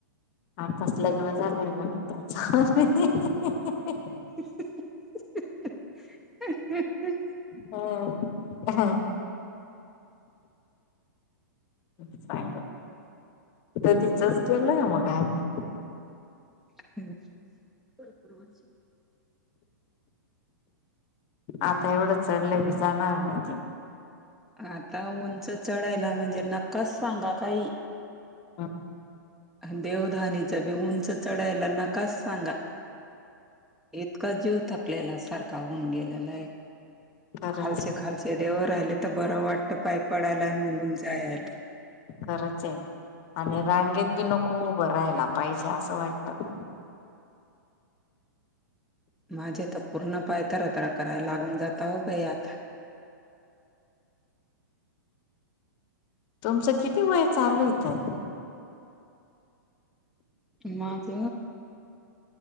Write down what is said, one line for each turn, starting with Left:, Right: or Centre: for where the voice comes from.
Left: आताच लग्न झालंय म्हण तुमचं हहह हीहीहीहीही
Centre: <unintelligible>
Left: अ हा सांग कधीचच केलय मग आम्ही
Centre: हो <unintelligible>
Left: आता एवढं चढलंय भी जाणार नाही ते
Centre: आता उंच चढायला म्हणजे नक्काच सांगा काही
Left: हा
Centre: देवधानीचा बी उंच चढायला नकाच सांगा. इतका जीव थकलेला सारखा होऊन गेलेला हाय.
Left: खरंच
Centre: खालचे
Left: आहे
Centre: खालचे देव राहिले तर बरं वाटत पाय पडयला आणि निघून जायाला.
Left: खरच ये आणि रांगेत बी नको उभं राहायला पाहिजे असं वाटत.
Centre: माझे तर पूर्ण पाय तरातरा करायला लागून जाताव बाई आता.
Left: तुमचं किती वय चालू ये तर
Centre: माझ